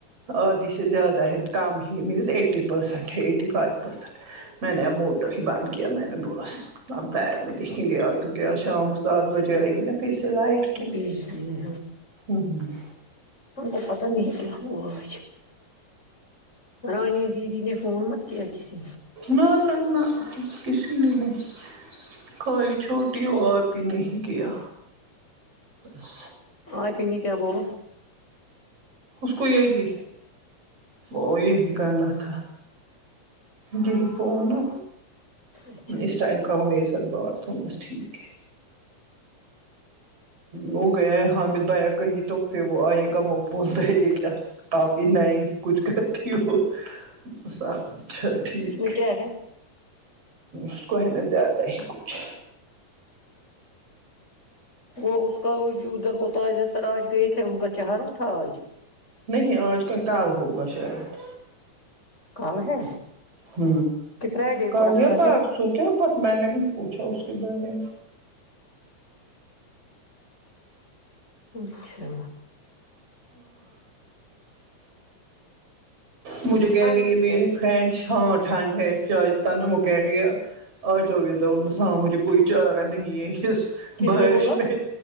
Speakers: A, on the right; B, on the left.
A: عادی سے زیادہ ہیںیں کم ہی مینز ایٹی پ پرسنٹ ایٹی فائیو پ پرسنٹ میں نے اب موٹر ہی بند کیا میں نے بس اب بییر میں لکھیں گےار کیونکہ آج شام سات بجے آئے گی نا پی سے لائٹ
B: بجلی
A: تو ہ ہ
B: ان کو پتا نہیں کیا ہوش <unintelligible> رانی دیدی ن فونمت کیا کسی
A: نہ نہ نہ کسی نہیں نہیں <unintelligible> خالی چھوٹی ہو آپ ہی نہیں کیا بس
B: آ پی نہیں کیا بول <unintelligible>
A: اس کو یہی وہ یہی کرنا تھا <unintelligible> یہ فون نا
B: اچھا اچھا
A: اسس ائم کر م ساتھ بات تھس ٹھیک ہے وہ گیا ہے حامد بایا کہیں تو پھر وہ آئے گا وہ بولتا ہے یہ کیا آپ انا ہی کچھ کرتی ہو سبچا ٹھیک
B: اس میں
A: <unintelligible>
B: کیا ہے
A: اس کو ہے نا زیادہ ہی کچھ
B: تو اس کا ادھر ہوتا ادھر اج گئے تھے ان کا چاروں تھا اج
A: نہیں آج کا کال ہوگا شاید
B: کل ہے
A: ہ
B: کہ فرائیڈے
A: کالجیا
B: کو رکھا
A: پرار
B: ہے
A: سو کیا پت میں نے نے پوچھا اس کے بارے میں
B: اچھا
A: مجھے کہہ
B: ٹھنڈ
A: رہی
B: بھی
A: ہے میری فرینڈس ہاں ٹھنڈ ہے جو آہستہ نا وہ کہہ رہی ہے آ جاؤے دا انسان مجھے کوئی چائےگر نہیں ہے اسس
B: کس
A: بش
B: نے بولا
A: میں